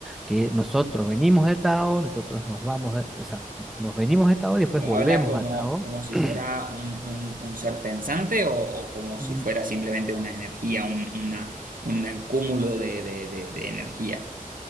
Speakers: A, in the centre; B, on the right.
A: que nosotros venimos de Tao, nosotros nos vamos, de- o sea, nos venimos de Tao y después
B: lo
A: volvemos
B: habla como,
A: a Tao.
B: como si
A: <clears throat>
B: fuera un, un- un ser pensante o, o como si
A: Mm,
B: fuera simplemente una energía, un, una- un cúmulo de, de de- de energía.